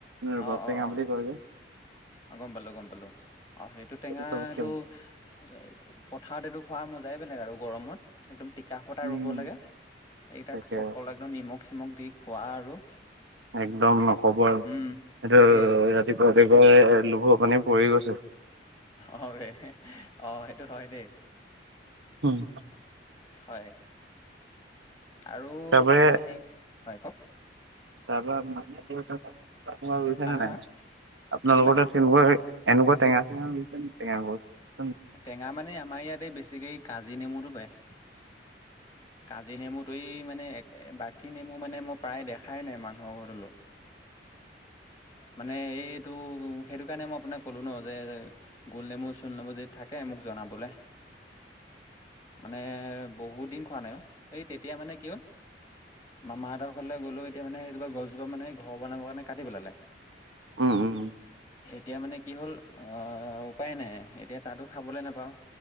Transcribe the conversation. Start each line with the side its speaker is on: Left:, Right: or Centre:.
Right: ৰবাৰ
Left: অ অ
Right: টেঙা
Left: অ
Right: বুলি কয় যে
Left: অ', গম পালো গম পালো আৰু সেইটো টেঙাটো
Right: চবতকে ভাল।
Left: এ পথাৰত এইটো খোৱাৰ মাজত যাই বেলেগ আৰু গৰমত একদম টিকা ফটা
Right: উম
Left: ৰ'ব লাগে সেইকেইটাক
Right: তাকে
Left: চকল একদম নিমখ চিমখ দি খোৱা আৰু
Right: একদম নকব আৰু সেইটো
Left: উম তাকে
Right: ৰাতিপুৱা ৰাতিপুৱাই লোভৰ পানী পৰি গৈছে
Left: অ', অ', সেইটো হয় দেই
Right: উম।
Left: হয় আৰু
Right: তাৰপৰা
Left: আপুনি হে হয় কওক
Right: নে নাই আপোনাৰ লগৰতে
Left: হা
Right: তেনেকুৱা
Left: হা হা
Right: এনেুকুৱা টেঙা
Left: কি ক'লে
Right: লছে ন ত গ <inaudible>
Left: টেঙা মানে আমাৰ ইয়াতে বেছিকে কাজী নেমুতটো পায় কাজী নেমুতেই মানে একে বাকী কাজী নেমু মানে মই প্ৰায় দেখাই নাই মানুহৰ ঘৰলৈ মানে এইটো সেইটো কাৰণে মই আপোনাক ক'লো ন যে গোলনেমু চোল নেমু যি থাকে মোক জনাবোলে
Right: <unintelligible>
Left: মানে বহুত দিন খোৱা নাইও এই তেতিয়া মানে কি হ'ল? মামাহঁৰ ঘৰলে গ'লও এতিয়া মানে সেইজোপা গছজোপা ঘৰ বনাবৰ কাৰণে কাটি পেলালে।
Right: উম, উম।
Left: এতিয়া মানে কি হ'ল আহ উপায় নাই। এতিয়া তাতো খাবলে নাপাওঁ।